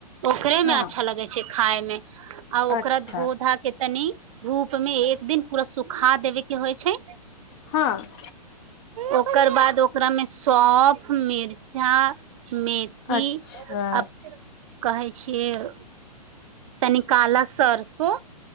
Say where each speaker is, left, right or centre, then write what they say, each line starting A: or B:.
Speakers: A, on the right; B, on the left.
A: ओकरे
B: हँ
A: मे अच्छा लगे छैय खाय मे आ ओकरा
B: अच्छा
A: धो धा के तनि धूप में एक दिन पूरा सुूखा देबे के होय छैय
B: हँ
A: ओकर बाद ओकरा मे सोंफ मिर्चा मैथि ती
B: अच्छा
A: आब कहै छियै तनी काला सरसो